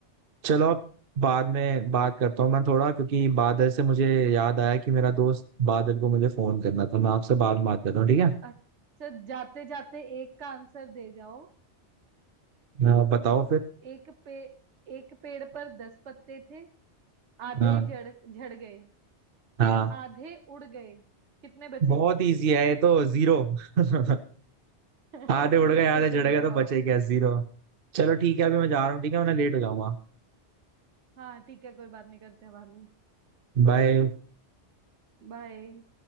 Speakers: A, on the right (about 55°); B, on the right (about 75°).
A: चलो अब बाद में बात करता हूँ मैं थोड़ा क्योंकि बादल से मुझे याद आया कि मेरा दोस्त बादल को मुझे फोन करना था मैं आपसे बाद में बात करता हूँ ठीक है
B: अच्छा जाते जाते एक का आंसर दे जाओ
A: आ, बताओ फिर
B: एक पे एक पेड़ पर दस पत्ते थे आधे
A: हाँ
B: झड़ झड़ गए
A: हाँ
B: फिर आधे उड़ गए कितने बचे
A: बहुत इजी है ये तो जीरो <laughs>
B: <laughs>
A: आधे उड़
B: बिल्कुल
A: गए आधे चढ़
B: सही
A: गए तो
B: जवाब
A: बचे क्या जीरो चलो ठीक है अभी मैं जा रहा हूँ ठीक है मैं लेट हो जाऊंगा
B: हाँ ठीक है कोई बात नहीं करते हैं बाद में
A: बाय
B: बाय